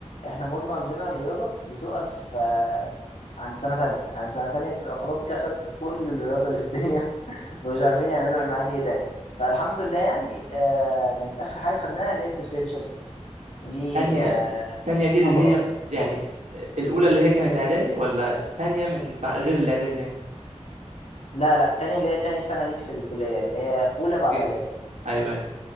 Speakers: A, on the left (about 75°); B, on the right (about 80°).
A: احنا برضه عندنا الرياضة بتقف آه عند سنة تانية يعني سنة تانية بتبقى خلاص كده خدت كل الرياضة اللي في الدنيا مش عارفين يعملوا ايه معاك ايه تاني فالحمد لله يعني آه كانت اخر حاجه خدناها اللي هي الديفرنشالز دي
B: تانية
A: آه
B: التانية دي اللي
A: وخلاص
B: هي يعني آه، الاولى اللي هي كانت اعدادي ولا تانية من بع- غير الاعدادي يعني
A: لا لا التانية اللي هي تاني سنه ليك في الكليه اللي هي اولى
B: اوكي
A: بعد اعدادي
B: ايوه ايوه